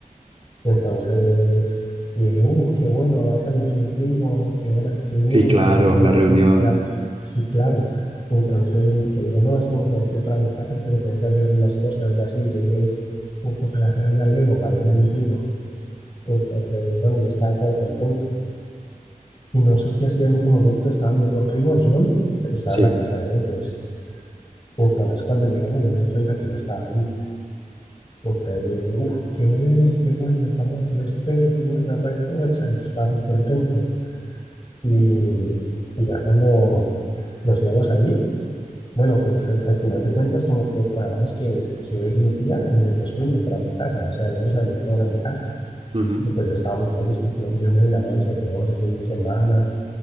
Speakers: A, on the left; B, on the right.
A: Y entonces yo dije, uh, qué bueno, ese lo hace mi primo, qué buena, qué bien,
B: Sí, claro,
A: qué, qué buena
B: la reunión.
A: noticia, claro. Sí, claro. Y entonces mi tía dijo, no, es que me tengo que ir para mi casa porque tengo que arreglar unas cosas, algo así. Y yo dije, uf, ojalá sea ya Alejo, Alejo es mi primo. Entonces, bueno, yo estaba todo contento. Y no sé qué hacía en ese momento, estaba mi otro primo, John, estaba
B: Sí,
A: en la casa de ellos. Y entonces cuando llegamos yo me di cuenta que él estaba allí. Y entonces yo dije, uff, qué bueno, qué bueno, estamos aquí los tres, vamos la recocha. Yo estaba muy contento. Y, y ya cuando nos íbamos a ir, bueno, pues al, al final de cuentas como que cuadramos que, que iba a ir mi tía y mis dos primos para mi casa. O sea, íbamos a venir todos a mi casa.
B: ujú,
A: Y pues yo estaba muy feliz porque era un viernes en la noche, teníamos el fin de semana